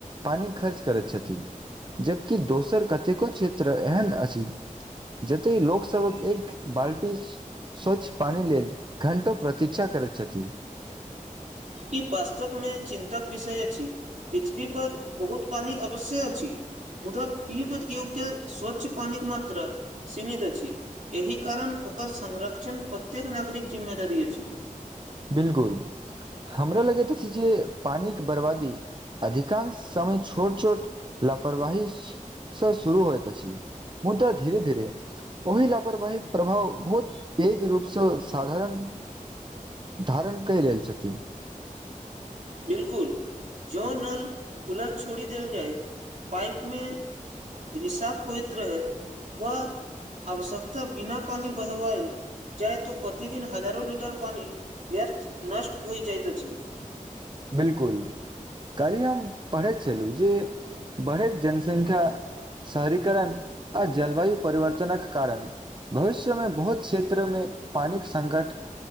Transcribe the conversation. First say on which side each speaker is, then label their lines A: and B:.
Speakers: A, on the right; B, on the right.
A: पानि खर्च करैत छथिन जबकि दोसर कतेको क्षेत्र एहन अछि जतय लोकसभक एक बाल्टी स्वच्छ पानी लेल घण्टो प्रतिक्षा करैत छथि
B: ई वास्तव मे चिन्तक विषय अछि पृथ्वी पर बहुत पानी अवश्य अछि मुदा पीबे योग्य स्वच्छ पानिक मात्रा सीमित अछि एहि कारण ओकर संरक्षण प्रत्येक नागरिक जिम्मेदारी अछि
A: बिल्कूल हमरा लगैत अछि जे पानिक बर्बादी अधिकांश समय छोट छोट लापरवाही से शुरू होएत अछि मुदा धीेरे धीरे ओहि लापरवहिीक प्रभाव बहुत पेघ रूपसँ साधारण धारण क लेल छथिन
B: बिल्कुल जो नल खुलल छोड़ी देल जाय पाइप मे रिसफ होइत रहैत व आवश्यकता बिना पानि बहवएल जहतु प्रतिदिन हजारो लिटर पानि व्यर्थ नष्ट हो जाइत अछि
A: बिल्कुल काल्हि हम पढ़ैत छलहुँ जे बढ़ैत जनसंख्या शहरीीकरण आ जलवायु परिवर्तनक कारण भविष्यमे बहुत क्षेत्रमे पानिके संकट